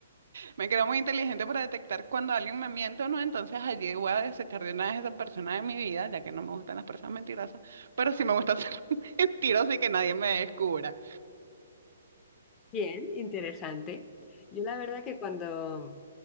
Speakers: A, on the right (about 70°); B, on the left (about 25°).
A: Me creo muy inteligente para detectar cuando alguien me miente o no, entonces allí voy a desechar de una vez a esa persona de mi vida, ya que no me gustan las personas mentirosas, pero sí me gusta ser <laughs> mentirosa y que nadie me descubra.
B: Bien, interesante. Yo la verdad que cuando,